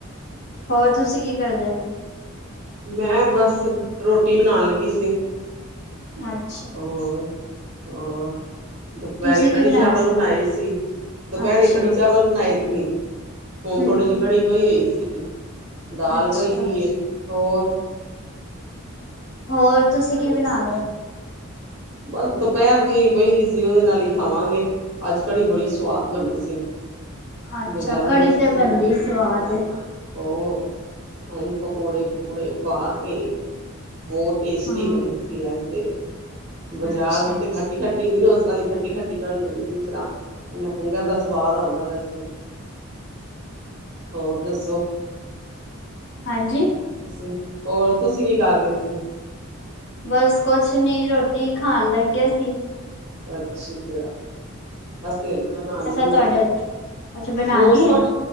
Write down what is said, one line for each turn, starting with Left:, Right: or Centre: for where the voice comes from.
Left: ਹੋਰ, ਤੁਸੀਂ ਕੀ ਕਰਦੇ ਹੋ?
Right: ਮੈਂ ਬਸ, ਰੋਟੀ ਬਣਾਉਣ ਲੱਗੀ ਸੀ।
Left: ਅੱਛਾ।
Right: ਹੋਰ, ਹੋਰ ਦੁਪਹਿਰੇ
Left: ਤੁਸੀਂ
Right: ਕੜੀ
Left: ਕੀ ਬਣਾਇਆ?
Right: ਚਾਵਲ ਬਣਾਏ ਸੀ, ਦੁਪਹਿਰੇ
Left: ਅੱਛਾ,
Right: ਕੜੀ ਚਾਵਲ ਬਣਾਏ ਸੀ। ਹੁਣ,
Left: ਹੂੰ।
Right: ਥੋੜੀ ਜਿਹੀ ਘੜੀ ਪਈ ਹੋਈ ਸੀ, ਦਾਲ
Left: ਅੱਛਾ,
Right: ਪਈ ਦੀ, ਹੋਰ
Left: ਹੋਰ ਤੁਸੀਂ ਕੀ
Right: ਪਰਾ
Left: ਬਣਾ ਲਿਆ?
Right: ਬਸ, ਦੁਪਹਿਰ ਦੀ ਪਈ ਦੀ ਸੀ, ਉਹਦੇ ਨਾਲ ਹੀ ਖਾਵਾਂਗੇ। ਅੱਜ ਕੜੀ ਬੜੀ ਸਵਾਦ ਬਣੀ ਸੀ।
Left: ਅੱਛਾ,
Right: ਬਜ਼ਾਰੋਂ
Left: ਕੜੀ
Right: ਲੱਸੀ
Left: ਤੇ ਬਣਦੀ
Right: ਲੈ ਕੇ,
Left: ਸਵਾਦ
Right: ਲੈ
Left: ਏ,
Right: ਹੋਰ, ਪਕੌੜੇ-ਪਕੂੜੇ ਪਾ ਕੇ, ਬਹੁ ਟੇ
Left: ਹਾਂ,
Right: ੁਸਟੀ ਬਣੀ ਸੀ ਅੱਜ ਤੇ, ਬਾਜ਼ਾਰ
Left: ਅੱਛਾ।
Right: ਦੀ ਤੇ ਖੱ ੱਟੀ-ਖੱਟੀ ਹੁੰਦੀ ਨਾ, ਉਸਰਾਂ ਦੀ ਖੱਟੀ-ਖੱਟੀ ਘੜੀ ਬਣੀ ਸੀ, ਇਸ ਤਰ੍ਹਾਂ ਲੰਗਰ ਦਾ ਸਵਾਦ ਆਉਂਦਾ, ਵੈਸੇ ਹੋਰ ਦੱਸੋ?
Left: ਹਾਂਜੀ?
Right: ਅ, ਹੋਰ ਤੁਸੀਂ ਕੀ ਕਰ ਰਹੇ ਸੀ?
Left: ਬਸ ਕੁਛ ਨੀ ਰੋਟੀ ਖਾਣ ਲੱਗੇ ਸੀ।
Right: ਅੱਛ ਕਯਾ। ਅਸੀ ਤੇ ਅਜੇ ਬਣਾਨੀ
Left: ਤੁਹਾਡੇ
Right: ਏ
Left: ਉੱਥੇ ਅੱਛਾ
Right: ਮੌਸਮ
Left: ਹੈ